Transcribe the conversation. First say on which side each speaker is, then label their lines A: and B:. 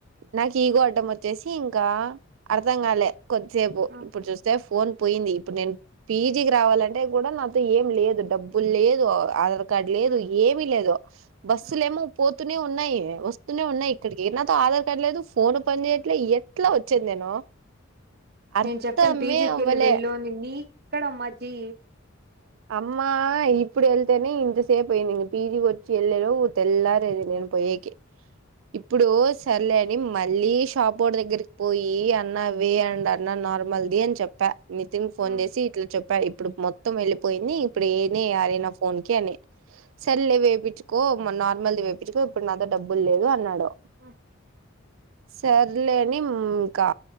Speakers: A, on the right (about 70°); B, on the right (about 50°).
A: నాక్ ఈగో అడ్డం వచ్చేసి ఇంకా అర్థం కాలే కొద్దిసేపు
B: ఆ
A: ఇప్పుడు చూస్తే ఫోన్ పోయింది ఇప్పుడ్ నేన్ పీజీకి రావాలంటే కూడా నాతో ఏం లేదు డబ్బుల్ లేదు ఆ కార్డ్ దార్ లేదు
B: ఆ
A: ఏమి లేదు బస్సులేమో
B: ఆ
A: పోతూనే ఉన్నాయి వస్తూనే ఉన్నాయి ఇక్కడ్కి ఆధార్ కార్డ్ లేదు ఫోను పన్ చేయట్లే ఎట్ల వచ్చేద్ నేను అర్థమే
B: నేన్ చెప్పన్ పీజికెళ్ళి
A: అవ్వలే
B: వెళ్ళు అని నీ ఇక్కడ మాకీ
A: అమ్మా అ ఇప్పుడ్ ఎళ్తేనే ఇంత సేప్ అయింది ఇంగ పిజీకొచ్చి వెళ్ళేలో తెల్లారేది నేను పోయేకి ఇప్పుడు సర్లే అని మళ్ళీ షాపోడ్ దగ్గర్కి పోయి అ న్న వేఅండ్ అన్నా నార్మల్ది అన్ చెప్పా నితిన్ ఫోన్
B: ఆ ఆ
A: చేసి ఇట్ల చెప్పా ఇప్పుడు మొత్తం వెళ్ళి పోయింది ఇప్పుడు ఏనే అది నా ఫోన్కి అని సర్లే వేపించుకో నార్మల్ది వేపించుకో ఇప్పుడు నా దే డబ్బులు లేదు అన్నాడు
B: హుహ్
A: సర్లే అని ఇంకా